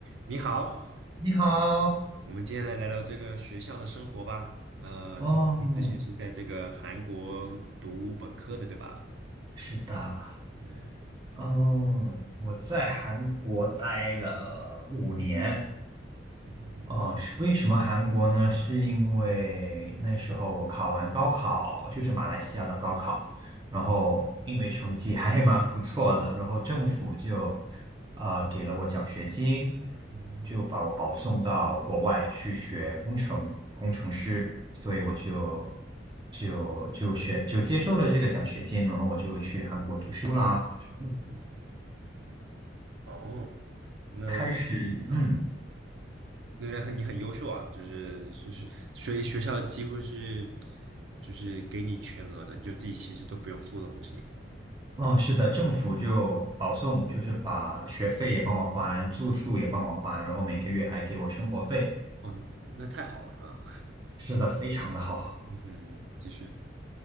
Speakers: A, on the right; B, on the right.
A: 你好，
B: 你好，
A: 我们今天来聊聊这个学校的生活吧。呃，
B: 哦，
A: 听说你之前是在这个韩国读本科的，对吧？
B: 是的，
A: 嗯
B: 哦，我在韩国待了五年，
A: 嗯
B: 哦，是为什么韩国呢？是因为那时候我考完高考，就是马来西亚的高考，然后因为成绩还蛮不错的，然后政府就啊、呃给了我奖学金，
A: 嗯
B: 就把我保送到国外去学工程工程师，所以我就
A: 嗯。
B: 就就选就接受了这个奖学金，然后我就去韩国读书啦，嗯
A: 嗯哦，那
B: 开始嗯。
A: 嗯，那是很你很优秀啊，就是就是所以学校几乎是就是给你全额的，你就自己其实都不用付东西。
B: 哦，是的，政府就保送，就是把学费也帮我还，住宿也帮我还，然后每个月还给我生活费，
A: 啊，哦，那太好了啊。
B: 是的非常的好。
A: 嗯哼，继续。